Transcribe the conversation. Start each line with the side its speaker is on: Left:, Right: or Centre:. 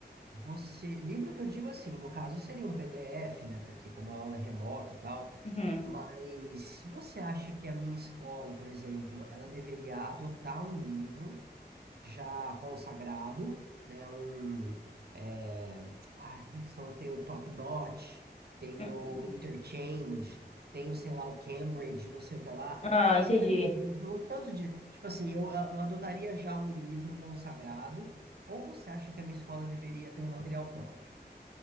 Right: Você, livro que eu digo assim, no caso seria um PDF, né? Porque como a aula é remota e tal,
Left: Uhum.
Right: mas se você acha que a minha escola, por exemplo, ela deveria adotar um livro já consagrado, né? Um, é, ai, como é que são? Tem o Top Notch, tem
Left: Uhum.
Right: o Interchange, tem o, sei lá, o Cambridge, não sei o que lá.
Left: Ah,
Right: Pensa
Left: entendi.
Right: em- no tanto de. Tipo assim, eu, eu adotaria já um livro consagrado, ou você acha que a minha escola deveria ter um material próprio?